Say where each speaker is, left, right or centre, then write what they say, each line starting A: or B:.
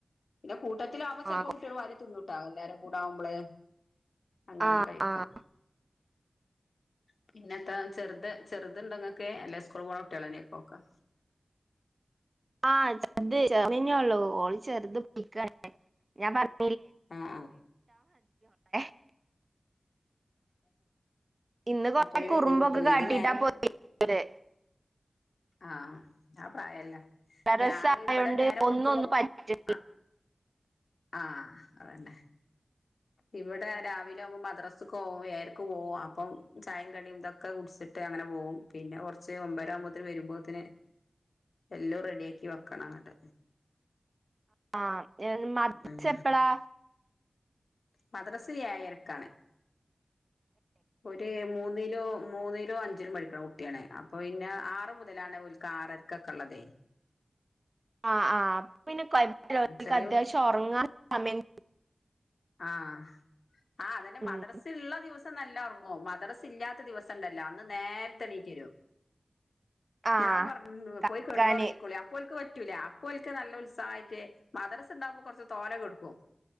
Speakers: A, on the left; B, on the right.
A: പിന്നെ കൂട്ടത്തിലാമ്പോ ചിലപ്പോ
B: ആഹ്
A: കുട്ട്യാൾ വാരി തിന്നുംട്ടാ എല്ലാരെ കൂട ആവുമ്പള് അങ്ങനെങ്ങ്
B: ആഹ്
A: കഴിക്കും
B: ആഹ്
A: പിന്നെ എത്ത ചെറുത് ചെറുത്ണ്ടങ്ങക്ക് അല്ല സ്കൂളിൽ പോണ കുട്ട്യാളെന്നെക്കും ഒക്കെ
B: ആഹ ചെർത് ചെർതന്നെ ഉള്ളൂ ഓള് ചെറുത് പോയിക്കാണ് ഞാൻ പറഞ്ഞ
A: ആഹ്
B: <unintelligible> ഇന്ന് കൊറേ
A: അപ്പൊ ഇര്
B: കുറുമ്പൊക്കെ
A: ബുദ്ധിമുട്ടല്ലോ
B: കാട്ടിട്ടാ
A: ഇത് നേരം
B: പോയത്
A: ആഹ് ആ പ്രായല്ലേ
B: ടെറസ്
A: ഞാനിവിടെ
B: ആയോണ്ട്
A: നേരം
B: ഒന്നൊന്നും
A: വെളുക്കുമ്പോം
B: പറ്റും
A: ആ ആഹ് അതന്നെ ഇവടെ രാവിലെ ആവുമ്പോ മദ്രാസക്കോവും ഏഴരക്ക് പോവും അപ്പം ചായേം കടിയും ഇതൊ ഒക്കെ കുടിച്ചിട്ട് അങ്ങനെ പോകും പിന്നെ കുറച്ച് ഒമ്പര ആകുമ്പോത്തേന് വരുമ്പോത്തിന് എല്ലോം റെഡിയാക്കി വെക്കണന്നത്
B: ആഹ് മദ്രസെപ്പഴാ
A: ഉം മദ്രസ ഏഴരക്കാണ് ഒരു മൂന്നിലോ മൂന്നിലും അഞ്ചിലും പഠിക്കണ കുട്ടിയാണ് അപ്പൊ പിന്നെ ആറ് മുതലാണവൾക്കാറര ഒക്കെക്കള്ളതേ
B: ആ അ അപ്പപ്പിന്നെ കൊഴപ്പില്ല ഓൾക്ക്
A: ചെറിയ
B: അത്യാവശ്യം ഉറങ്ങാൻ സമയം
A: ആഹ് അ അതന്നെ
B: ഉം.
A: മദ്രസിള്ള ദിവസം നല്ല ഉറങ്ങും മദ്രസില്ലാത്ത ദിവസണ്ടല്ലോ അന്ന് നേരത്തെ എണീറ്റരും
B: ആ
A: ഞാൻ പറ
B: കളിക്കാന്
A: പോയി കിടന്നുറങ്ങിക്കോളി അപ്പോൾക്ക് പറ്റൂല അപ്പോൾക്ക് നല്ല ഉൽസാ തായിറ്റ് മദ്രസ ഉണ്ടാവുമ്പോ കുറച്ച് തോനെ കൊടുക്കും